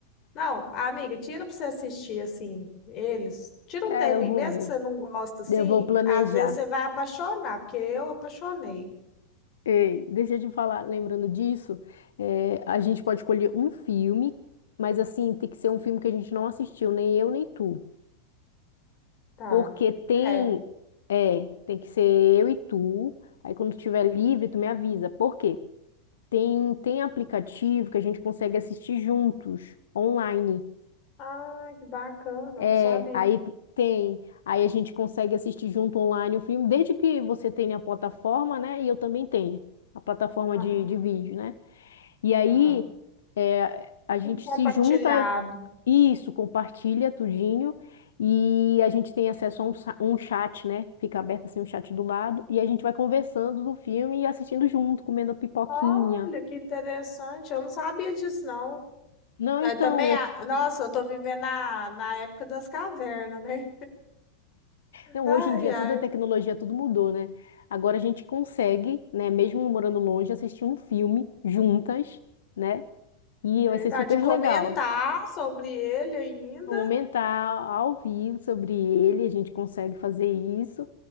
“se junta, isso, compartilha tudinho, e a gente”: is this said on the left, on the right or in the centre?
Left